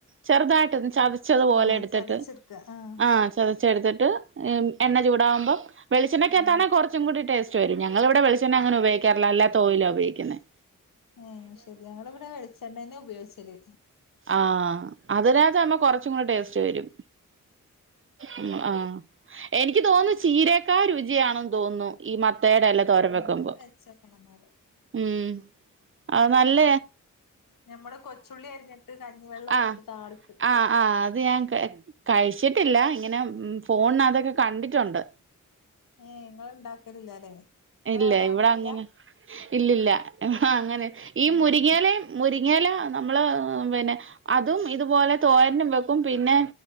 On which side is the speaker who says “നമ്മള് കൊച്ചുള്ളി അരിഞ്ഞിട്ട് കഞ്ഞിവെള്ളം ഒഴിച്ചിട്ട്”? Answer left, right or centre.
Left